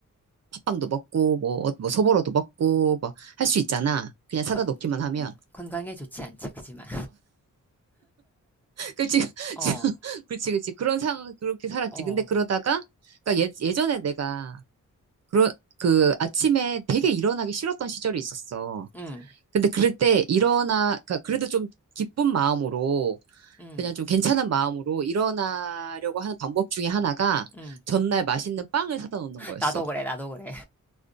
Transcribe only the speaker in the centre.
거-
건강에 좋지 않지, 그지만.
어,
어,
응,
응,
응.
나도 그래, 나도 그래.